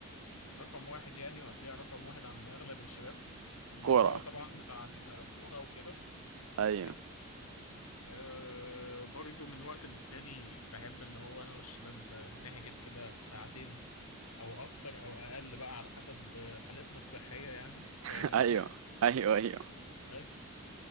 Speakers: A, on the left; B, on the right.
A: رقم واحد يعني وهتلاقي رقم واحد عند اغلب الشباب الموضوع
B: كوره
A: طبعا بتاع الكوره وكده
B: ايوه
A: حلو أه برضو من وقت للتاني بحب اللي هو انا والشباب نحجز كده ساعتين او اكتر او اقل بقى على حسب حالتنا الصحيه يعني فاهم
B: <laughs>
A: انت
B: ايوه
A: <laughs>
B: ايوه ايوه
A: بس